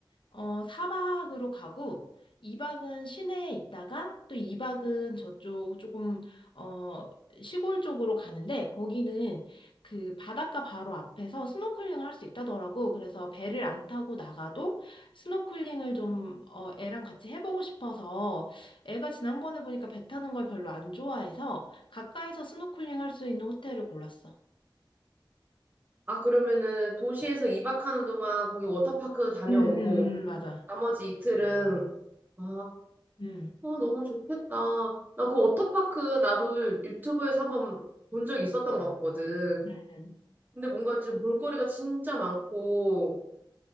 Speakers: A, on the left; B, on the right.
A: 어, 4박으로 가고 2박은 시내에 있다가 또 2박은 저쪽 조금 어, 시골 쪽으로 가는데 거기는 그 바닷가 바로 앞에서 스노클링을 할 수 있다더라고. 그래서 배를 안 타고 나가도 스노클링을 좀 어, 애랑 같이 해보고 싶어서 애가 지난번에 보니까 배 타는 걸 별로 안 좋아해서 가까이서 스노클링 할 수 있는 호텔을 골랐어.
B: 아, 그러면은 도시에서 2박 하는 동안 거기 워터파크 다녀오고,
A: 음, 음, 음, 맞아.
B: 나머지 이틀은, 아,
A: 응
B: 어, 너무 좋겠다. 나 그 워터파크 나도 유튜브에서 한번 본 적 있었던 것 같거든.
A: 음. 음.
B: 근데 뭔가 지금 볼거리가 진짜 많고